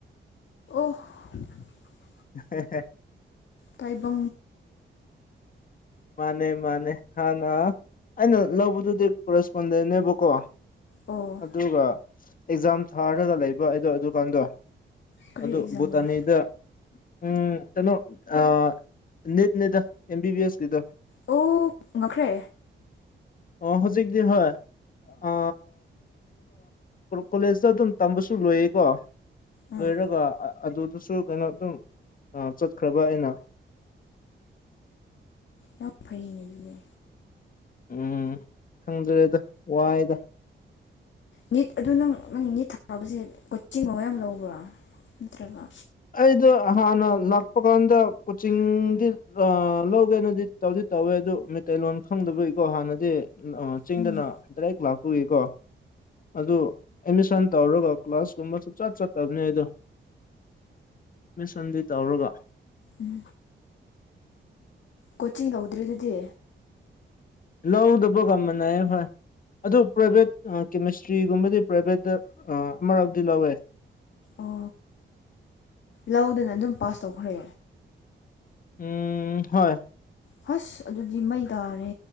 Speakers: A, on the left (about 70°); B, on the left (about 45°).
A: <inaudible>
B: <unintelligible>
A: ꯇꯕꯦ
B: ꯃꯥꯅꯦ ꯃꯥꯅꯦ ꯍꯥꯟꯅ ꯑꯩꯅ ꯂꯧꯕꯗꯨꯗꯤ ꯀꯣꯔꯦꯁꯄꯣꯟꯗꯦꯟꯅꯦꯕꯀꯣ
A: ꯑꯣ
B: ꯑꯗꯨꯒ ꯑꯦꯛꯖꯥꯝ ꯊꯥꯔꯒ ꯂꯩꯕ ꯑꯩꯗꯣ ꯑꯗꯨꯀꯥꯟꯗꯣ
A: ꯀꯔꯤ
B: ꯑꯗꯨ
A: ꯑꯦꯛꯖꯥꯝꯔꯥ
B: ꯚꯨꯇꯥꯅꯤꯗ ꯎꯝ ꯀꯩꯅꯣ ꯑ ꯅꯅꯤꯠꯅꯦꯗ ꯑꯦꯝ ꯕꯤ ꯕꯤ ꯑꯦꯁꯀꯤꯗ
A: ꯑꯣ ꯉꯈ꯭ꯔꯦ
B: ꯑ ꯍꯧꯖꯤꯛꯗꯤ ꯍ ꯑ ꯀꯣꯂꯦꯖꯇ ꯑꯗꯨꯝ ꯇꯝꯕꯁꯨ ꯂꯣꯏꯌꯦꯀꯣ
A: ꯎꯝ
B: ꯂꯣꯏꯔꯒ ꯑꯗꯨꯗꯁꯨ ꯀꯩꯅꯣ ꯑꯗꯨꯝ ꯆꯠꯈ꯭ꯔꯕ ꯑꯩꯅ
A: ꯌꯥꯝ ꯐꯩꯅꯦ ꯑꯗꯨꯗꯤ
B: ꯎꯝ ꯈꯪꯗ꯭ꯔꯦꯗ ꯋꯥꯏꯗ
A: ꯅꯤꯠ ꯑꯗꯨ ꯅꯪ ꯅꯪ ꯅꯤꯠ ꯊꯥꯕꯁꯦ ꯀꯣꯆꯤꯡꯒ ꯌꯥꯝ ꯂꯧꯕ꯭ꯔꯥ ꯅꯠꯇ꯭ꯔꯒ
B: ꯑꯩꯗꯣ ꯍꯥꯟꯅ ꯂꯥꯛꯄ ꯀꯥꯟꯗ ꯀꯣꯆꯤꯡꯗꯤ ꯂꯧꯒꯦꯅꯗꯤ ꯇꯧ ꯇꯧꯋꯦ ꯑꯗꯨ ꯃꯩꯇꯩꯂꯣꯟ ꯈꯪꯗꯕꯒꯤꯀꯣ ꯍꯥꯟꯅꯗꯤ ꯆꯤꯡꯗꯅ
A: ꯎꯝ
B: ꯗꯥꯏꯔꯦꯛ ꯂꯥꯛꯄꯒꯤ ꯀꯣ ꯑꯗꯨ ꯑꯦꯠꯃꯤꯁꯟ ꯇꯧꯔꯒ ꯀ꯭ꯂꯥꯁꯀꯨꯝꯕ ꯆꯠ ꯆꯠꯇꯕꯅꯤ ꯑꯩꯗꯣ ꯃꯤꯁꯟꯗꯤ ꯇꯧꯔꯒ
A: ꯎꯝ ꯀꯣꯆꯤꯡ ꯂꯧꯗ꯭ꯔꯦ ꯑꯗꯨꯗꯤ
B: ꯂꯎꯗ ꯄꯣ ꯀꯃꯅ ꯍꯣꯏ ꯑꯗꯨ ꯄ꯭ꯔꯥꯏꯚꯦꯠ ꯀꯦꯃꯤꯁꯇ꯭ꯔꯤꯒꯨꯝꯕꯗꯤ ꯄ꯭ꯔꯥꯏꯚꯦꯠꯇ ꯑꯃꯔꯥꯎꯗꯤ ꯂꯧꯋꯦ
A: ꯑꯣ ꯂꯧꯗꯅ ꯑꯗꯨꯝ ꯄꯥꯁ ꯇꯧꯈ꯭ꯔꯦ
B: ꯎꯝ ꯍꯣꯏ
A: ꯐꯁ ꯑꯗꯨꯗꯤ ꯃꯩ ꯇꯥꯔꯦ